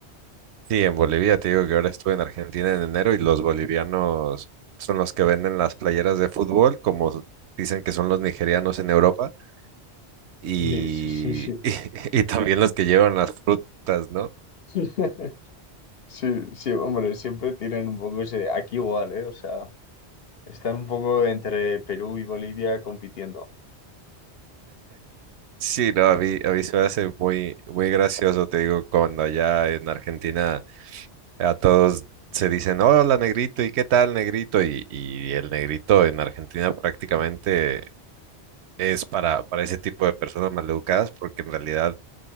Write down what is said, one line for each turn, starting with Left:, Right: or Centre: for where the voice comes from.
Right: Sí, en Bolivia, te digo que ahora estuve en Argentina en enero y los bolivianos son los que venden las playeras de fútbol, como dicen que son los nigerianos en Europa. y,
Left: Sí, sí, sí, sí.
Right: <laughs> y también los que llevan las frutas, ¿no?
Left: <laughs> Sí, sí, hombre, siempre tienen un poco ese, aquí igual, ¿eh? O sea, están un poco entre Perú y Bolivia compitiendo.
Right: Sí, no, a mí, a mí se me hace muy, muy gracioso, te digo, cuando allá en Argentina a todos se dicen, hola negrito, ¿y qué tal negrito? Y, y el negrito en Argentina prácticamente es para, para ese tipo de personas maleducadas, porque en realidad